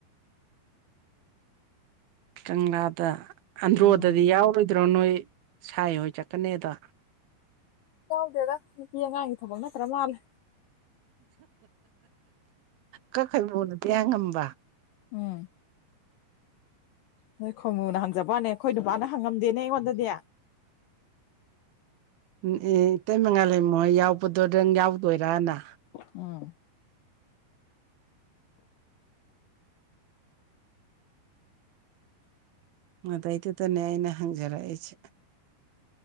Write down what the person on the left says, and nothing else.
ꯎꯝ
ꯌꯥꯎꯗꯦꯗ ꯅꯨꯄꯤ ꯑꯉꯥꯡꯒꯤ ꯊꯕꯛ ꯅꯠꯇ꯭ꯔ ꯃꯥꯜꯂꯦ
ꯎꯝ ꯅꯣꯏ ꯈꯣꯏꯃꯨꯅ ꯍꯪꯖꯕꯅꯦ ꯑꯩꯈꯣꯏ ꯅꯨꯄꯥꯅ ꯍꯪꯉꯝꯗꯦꯅꯦ ꯑꯩꯉꯣꯟꯗꯗꯤ
ꯎꯝ